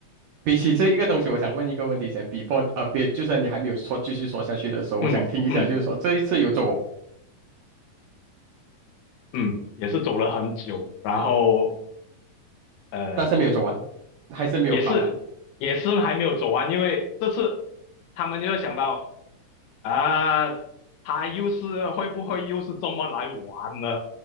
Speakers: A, on the right; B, on the left.
A: 比起这一个东西，我想问一个问题先，before 啊、别，就算你还没有说继续说下去的时候，我想听一下，
B: 嗯嗯
A: 就是说这一次有走，
B: 嗯，也是走了很久，然后呃，
A: 但是没有走完，还是没有跑完。
B: 也是也是还没有走完，因为这次他们就想到啊、他又是会不会又是这么来玩呢？